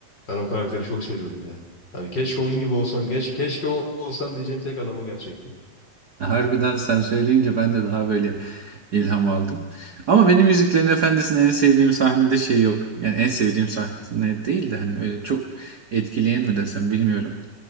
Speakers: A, on the left (about 30°); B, on the right (about 50°).
A: Ben o karakteri çok seviyorum ya. Hani keşke onun gibi olsam. Keş, keşke o olsam diyeceğim tek adam o gerçekten.
B: Harbiden sen söyleyince ben de daha böyle ilham aldım. Ama benim Yüzüklerin Efendisi'nin en sevdiğim sahnede şey yok. Yani en sevdiğim sahne değil de hani öyle çok etkileyen mi desem bilmiyorum.